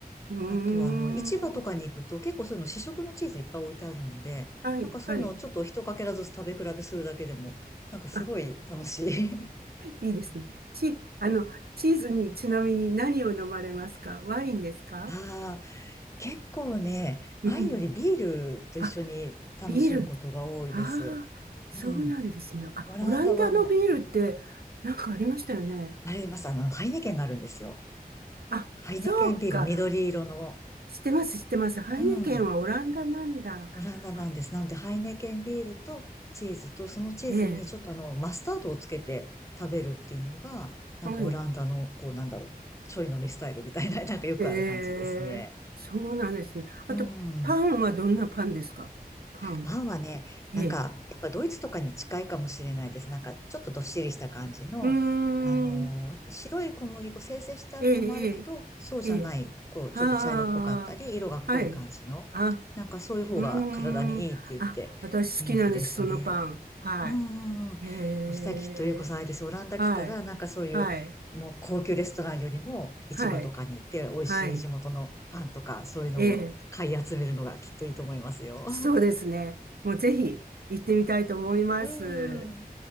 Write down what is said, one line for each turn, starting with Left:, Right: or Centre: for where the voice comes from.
Right: ーん。
Left: あとは、あの、市場とかに行くと結構そういうの試食のチーズいっぱい置いてあるので、
Right: はい、
Left: なんかそういうのをちょっと一かけらずつ食べ比べするだけでも、
Right: はい。
Left: なんかすごい楽しい。
Right: あ、
Left: <laughs>
Right: いいですね。チ、あの、チーズにちなみに何を飲まれますかワインですか
Left: ああ、結構ね、
Right: うん。
Left: ワインよりビールと一緒に楽しむことが多いです。
Right: あ、ビール。ああ、そうなんですね。
Left: うん。
Right: あ、
Left: オランダはあの、
Right: オランダのビールってなんかありましたよね。
Left: あれいます、あの、ハイネケンがあるんですよ。
Right: あ、
Left: ハイネケンビール、
Right: そうか。
Left: 緑色の。
Right: 知ってます、知ってます。ハイネケンはオランダなんだ。
Left: うん。オランダなんです。
Right: あ、
Left: なので、ハイネケンビールとチーズと、そのチーズにちょっとあの、
Right: ええ、
Left: マスタードをつけて食べるっていうのが、なんかオランダの、
Right: はい。
Left: こうなんだろう、ちょい飲みスタイルみたいな、<laughs> なんかよくある感じですね。
Right: ええ、そうなんですね。あと、
Left: うん。
Right: パンはどんなパンですかパン。
Left: パンはね、
Right: ええ。
Left: なんか、やっぱドイツとかに近いかもしれないです。なんか、ちょっとどっしりした感じの、
Right: うー
Left: あのー白い小麦粉、
Right: ん。
Left: 精製してあるのもあるけど、
Right: ええ、ええ、
Left: そうじゃない、
Right: ええ。
Left: こう、
Right: ああ、
Left: ちょっと茶色っぽかったり、色が濃い感じの、
Right: はい。あ、
Left: なんかそういう方が体にいいって言って人気ですね。
Right: うーん。あ、私好きなんです、そのパン。は
Left: うんうんう
Right: い。へえ。
Left: ん。さっきとゆうこさんあれですよ。オランダ来たら、
Right: はい。
Left: なんかそういう、
Right: はい。
Left: もう高級レストランよりも市場とかに行って美味しい地元のパンとかそういうのを買い集めるのがきっといいと思いますよ。
Right: はい。はい。ええ。そうですね。
Left: <laughs>
Right: もうぜひ行ってみたいと思います。
Left: うん。